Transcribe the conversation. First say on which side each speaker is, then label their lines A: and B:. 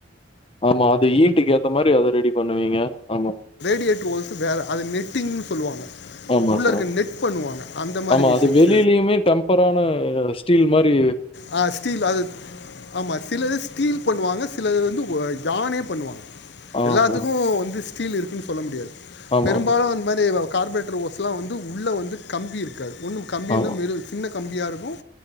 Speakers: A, on the left (about 30°); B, on the left (about 65°).
A: ஆமா அது ஈட்டுக்கு ஏத்த மாதிரி அத ரெடி பண்ணுவீங்க ஆமா
B: எல்ஸ் வேற அது நெட்டிங்னு சொல்லுவாங்க
A: ஆமா
B: உள்ளே
A: சார்
B: இருக்க நெட் பண்ணுவாங்க அந்த மாதிரி
A: ஆமா
B: மிஷின்ஸ்
A: அது வெளியிலயுமே டெம்பரான ஸ்டீல் மாதிரி
B: ஆ ஸ்டீல் அது ஆமா சிலர் ஸ்டீல் பண்ணுவாங்க சிலது வந்து தானே பண்ணுவாங்க
A: ஆ
B: எல்லாத்துக்கும்
A: சார்
B: வந்து ஸ்டீல் இருக்குன்னு சொல்ல முடியாது
A: ஆமா
B: பெரும்பாலும்
A: ஆமா
B: அந்த மாதிரி கார்பரேட்டர் ஓஸ்லாம் வந்து உள்ளே வந்து கம்பி இருக்கு ஒன்னும் கம்பியந்த
A: ஆமா
B: சின்னக் கம்பியா இருக்கும்